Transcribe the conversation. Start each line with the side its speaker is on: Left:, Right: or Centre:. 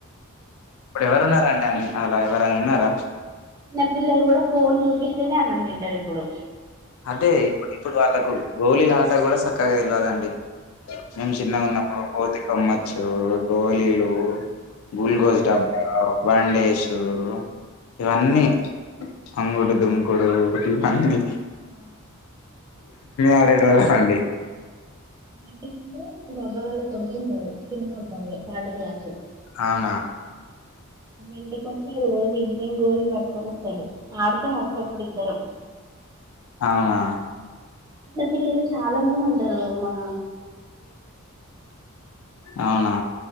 Left: ఇప్పుడు ఎవరు ఉన్నారండి అలా ఎవరైనా ఉన్నారా
Right: నా పిల్లలు కూడా ఫోన్ చూపిస్తేనే అన్నం తింటారు ఇప్పుడు
Left: అంటే ఇప్పుడు ఇప్పుడు వాళ్ళకు గోలిలాట కూడా సక్కగా తెల్వదండి మేము చిన్నగా ఉన్నప్పుడు కోతి కొమ్మచ్చు, గోలీలు గ్ూకోజ్ డబ్బా బండేసు ఇవన్నీ అంగడు దుంకోడు ఇన్న
Right: <inaudible>
Left: ఆడేటోళ్ళం అండి
Right: ఇంటి ముందు <unintelligible> కొడుకుంటాడు చిన్నబ్బాయి థర్డ్ క్లాసు
Left: అవునా
Right: ఇంటికి వచ్చి రోజు ఈవినింగ్ గోలీలు పట్టుకొని వస్తాడు ఆడతాం అప్పుడప్పుడు ఇద్దరం
Left: అవునా
Right: చిన్న పిల్లలు చాలా మంది ఉండరు అమ్మా
Left: అవునా